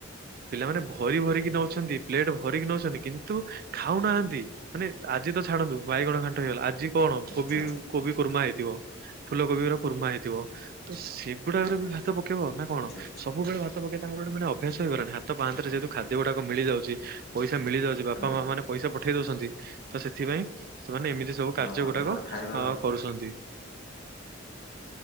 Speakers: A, on the right (about 45°); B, on the left (about 55°).
A: ପିଲାମାନେ ଭରି ଭରିକି ନଉଛନ୍ତି ପ୍ଲେଟ ଭରିକି ନଉଛନ୍ତି କିନ୍ତୁ ଖାଉନାହାନ୍ତି ମାନେ ଆଜି ତ ଛାଡନ୍ତୁ ବାଇଗଣ ଖାଣ୍ଟ ହେଇଗଲା ଆଜି କଣ
B: ଆଚ୍ଛା
A: କୋବି
B: ଆଚ୍ଛା
A: କୋବି କୁର୍ମା ହେଇଥିବ ଫୁଲ କୋବିର କୁର୍ମା ହେଇଥିବ ତ ସେ ଗୁଡାରେ
B: ଓହୋ
A: ବି ଭାତ ପକେଇବ ନା କଣ।
B: ଆଚ୍ଛା
A: ସବୁବେଳେ ଭାତ ପକେଇ ତାଙ୍କର ଗୋଟେ ମେ ଅଭ୍ୟାସ ହେଇଗନି। ହାତ
B: ଆଚ୍ଛା
A: ପାହାରେ ଯେ ଖାଦ୍ୟ ଗୁଡାକ ମିଳିଯାଉଛି ପଇସା ମିଳିଯାଉଛି ବାପା
B: ଓହୋ
A: ମା ମାନେ ପଇସା ପଠେଇ ଦଉଛନ୍ତି। ତ ସେଥିପାଇଁ ସେମାନେ ଏମିତି ସବୁ
B: ହଁ
A: କାର୍ଯ୍ୟ
B: ହଁ
A: ଗୁଡାକ
B: ତ ମାନେ ଖାଇବାର
A: ଅ କରୁଛନ୍ତି।